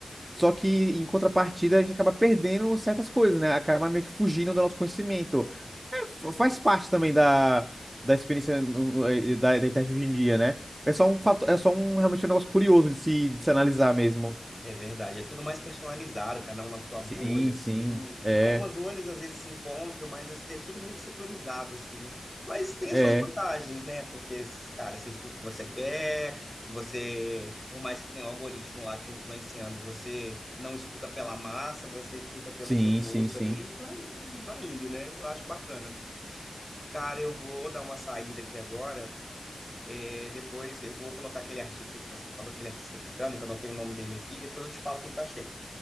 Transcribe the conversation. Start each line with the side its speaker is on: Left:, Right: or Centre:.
Right: só que em contrapartida a gente acaba perdendo certas coisas, né? Acaba meio que fugindo do nosso conhecimento. É, fa- faz parte também da, da experiência no- no- eh, da, da internet hoje em dia, né? É só um fato, é só um realmente um negócio curioso de se, de se analisar mesmo.
Left: É verdade, é tudo mais personalizado, cada um na sua
Right: Sim,
Left: bolha, assim.
Right: sim. É,
Left: Algumas bolhas às vezes se encontram, mas é tudo muito setorizado, assim. Mas tem
Right: é.
Left: as suas vantagens, né? Porque, cara, você escuta o que você quer, você, por mais que tenha um algoritmo lá te influenciando, você não escuta pela massa, você escuta pelo
Right: Sim,
Left: seu gosto
Right: sim, sim.
Left: ali e vai, e vai indo, né? Eu acho bacana. Cara, eu vou dar uma saída aqui agora. É, depois eu vou colocar aquele artista que você falou, aquele artista britânico, eu não tenho o nome dele aqui, depois eu te falo o que eu achei.